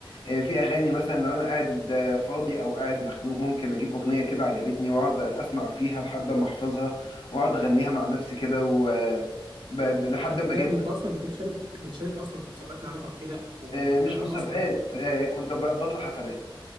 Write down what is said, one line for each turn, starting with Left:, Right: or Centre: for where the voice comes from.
Left: آه، في اغاني مثلا لو انا قاعد آه، فاضي او قاعد مخنوق ممكن اجيب اغنيه كده عجبتني واقعد اسمع فيها لحد ما احفظها واقعد اغنيها مع نفسي كده و آه، ب- ب- لحد
Right: طب
Left: ما
Right: جامد
Left: اجيبها
Right: انت اصلا كنت بتشارك بتشارك اصلا في مسابقات لها علاقه بكده وانت
Left: آه، مش
Right: اصلا
Left: مسابقات آه، كنت ب- بطلع حفلات